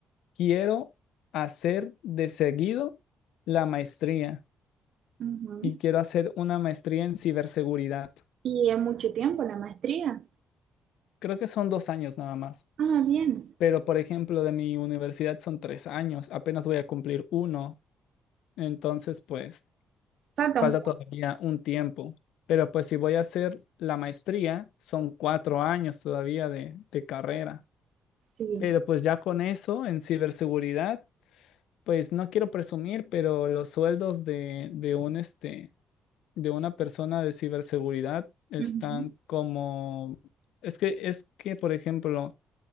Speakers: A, on the left; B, on the right.
A: quiero hacer de seguido la maestría
B: Ujú.
A: y quiero hacer una maestría en ciberseguridad.
B: Y es mucho tiempo la maestría.
A: Creo que son dos años nada más,
B: Ah, bien.
A: pero por ejemplo de mi universidad son tres años, apenas voy a cumplir uno, entonces pues
B: Falta
A: falta
B: un poco,
A: todavía un tiempo. Pero pues si voy a hacer la maestría, son cuatro años todavía de, de carrera.
B: sí.
A: Pero pues ya con eso en ciberseguridad Pues no quiero presumir, pero los sueldos de, de un este, de una persona de ciberseguridad están
B: Ujú.
A: como, es que, es que, por ejemplo,